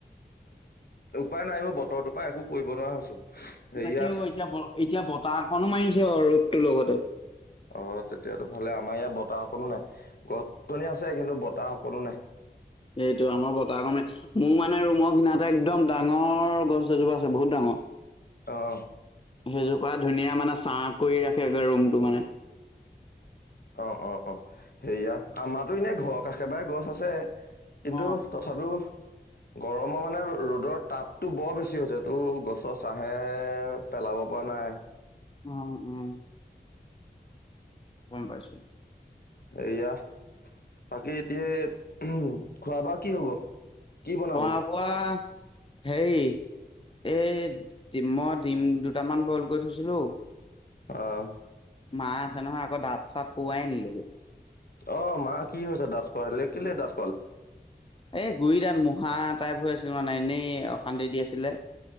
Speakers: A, on the left (about 65°); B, on the left (about 30°).
A: উপায় নাইব বতৰটোৰ পৰা একো কৰিব নোৱাৰা হৈছো। হেৰিয়াত
B: তাকে অ, এতিয়া এতিয়া বতাহ অকণো মাৰিছে অ ৰদটোৰ লগতে।
A: অ, তেতিয়াতো ভালে আমাৰ ইয়াত বতাহকনো নাই গছনি আছে কিন্তু। ত কৰো নাই।
B: সেইটো আমাৰ বতাহ কণে মোৰ মানে ৰুমৰ সোমাই একদম। ডাঙৰ গছ এজোপা আছে, বহুত ডাঙৰ।
A: অঁ।
B: সেইজোপা ধুনীয়া মানে চাহ কৰি ৰাখেগে ৰুমটো মানে।
A: অ অ অ, সেয়া আমাৰো এনে ঘৰৰ কাশেবাৰে গছ আছে।
B: অ',
A: কিন্তু তথাপি গৰমৰ মানে ৰ'দত। তাপতটো বৰ বেছি হৈছে, তটো গছৰ চাহে পেলাব পৰা নাই
B: উম উম। গম পাইছো।
A: এইয়া বাকী এতিয়া উ খোৱা বোৱা কি হব। কি বনাবি
B: খোৱা বোৱা, হেৰি এই ডিমত। ডিম দুটামান বইল কৰি থৈছিলো।
A: আহ।
B: মা আছে নহয়, আকৌ দাঁত চাত শোৱাই নিলোগৈ।
A: অ মা কি হৈছে দাঠ ক আহিলে কেলে দাঠ।
B: এ গুৰিডাল মুহাত। টাইপ হৈ আছিল মানে এনেই অশান্তি দি আছিলে।